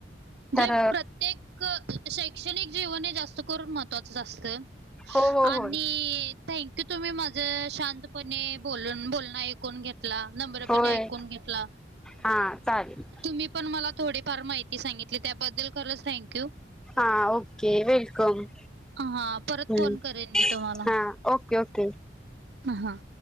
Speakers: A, in the centre; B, on the right.
A: तर
B: जे प्रत्येक शैक्षणिक जीवन हे जास्त करून महत्वाचं असत
A: हो हो
B: आणि
A: होय
B: थँक्यू तुम्ही माझ शांतपणे बोलून बोल आईकून आईकुण घेतला नम्र
A: होय
B: पने ऐकून घेतला.
A: हा. चालेल.
B: तुम्ही पण मला थोडीफार माहिती सांगितली. त्याबद्दल खरंच थँक्यू.
A: हा ओके. वेलकम.
B: हा परत
A: हम्म
B: फोन करेन मी तुम्हाला.
A: हा ओके ओके
B: हा.